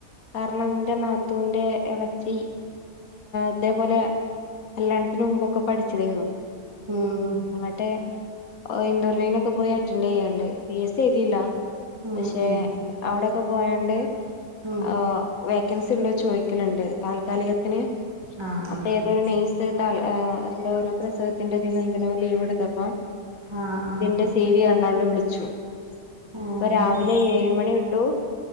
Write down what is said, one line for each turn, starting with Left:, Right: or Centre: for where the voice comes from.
Left: കാരണം എന്റെ നാത്തുന്റെ ഇളച്ചി ഇതേപോലെ - കല്യാണത്തിന് മുമ്പൊക്കെ പഠിച്ചതായിരുന്നു
Right: ഉം
Left: എന്നിട്ട്- ഇന്റർവ്യൂനൊക്കെ പോയി അറ്റൻഡ് ചെയ്യണ്ട്‌ പി എസ് സി എഴുതില്ല
Right: ഉം
Left: പക്ഷെ
Right: ഉം
Left: അവിടൊക്കെ പോയോണ്ട്
Right: ഉം
Left: ആഹ് വേക്കൻസി ഉണ്ടോ ചോയ്ക്കലുണ്ട് താൽക്കാലികത്തിന്
Right: ആഹ്
Left: അപ്പൊ ഏതോരു നെഴ്സ് എന്തോ ഒരു പ്രസവത്തിന്റെ ഇതിന്ന് എന്തിനോ ലീവ് എടുത്തപ്പം-
Right: ആഹ് ആഹ്
Left: ഇതിന്റെ സി വി കണ്ടോണ്ട് വിളിച്ചു
Right: ഏഹ്
Left: ഇപ്പൊ രാവിലെ ഏഴ് മണി തൊട്ടു -